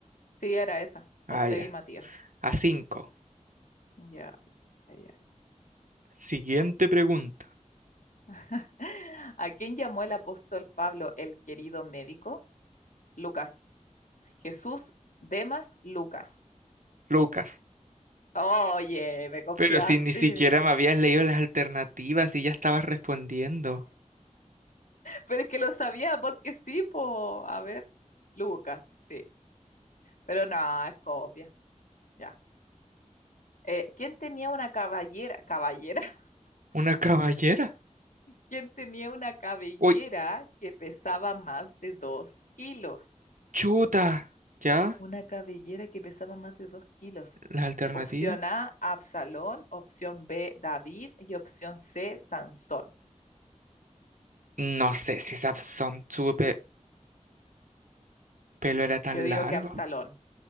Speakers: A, on the left; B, on the right.
A: Sí, era esa.
B: Ah,
A: José
B: ya.
A: y Matías.
B: A cinco.
A: Ya, ya, ya.
B: Siguiente pregunta.
A: <laughs> ¿A quién llamó el apóstol Pablo el querido médico? Lucas. Jesús, Demas, Lucas.
B: Lucas,
A: Oye, me confiaste.
B: pero si ni siquiera me habías leído las alternativas y ya estabas respondiendo.
A: Pero es que lo sabía porque sí, po. A ver. Lucas, sí. Pero no, es copia. Ya. Eh, ¿quién tenía una caballera? Caballera.
B: ¿Una caballera?
A: quien tenía una cabellera
B: Uy,
A: que pesaba más de dos kilos.
B: chuta. ¿Ya?
A: Una cabellera que pesaba más de dos kilos.
B: ¿Las alternativas?
A: Opción A, Absalón. Opción B, David. Y opción C, Sansón.
B: No sé si Sansón, su pe- pelo era tan
A: Yo digo
B: largo.
A: que Absalón.